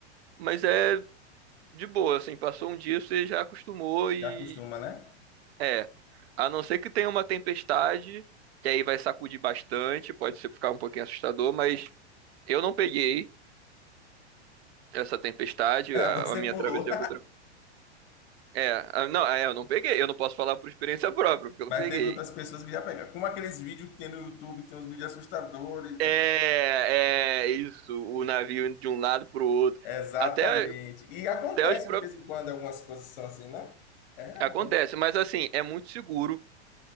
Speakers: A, on the right; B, on the left.
A: mas é de boa, assim, passou um dia, você já acostumou e
B: Já acostuma, né? <laughs>
A: é. A não ser que tenha uma tempestade, que aí vai sacudir bastante, pode ser ficar um pouquinho assustador, mas eu não peguei essa tempestade,
B: É,
A: a,
B: você
A: a minha
B: pulou.
A: travessia foi tranquila. É, a- não, é, eu não peguei, eu não posso falar por experiência própria, porque eu
B: Mas
A: não peguei.
B: teve outras pessoas que já pegaram. Como aqueles vídeos que tem no YouTube, que tem uns vídeos assustadores, né?
A: É, é isso, o navio indo de um lado pro outro.
B: Exatamente.
A: Até,
B: E acontece
A: até os próprios.
B: de vez em quando algumas coisas são assim, né? É,
A: Acontece, mas assim, é muito seguro.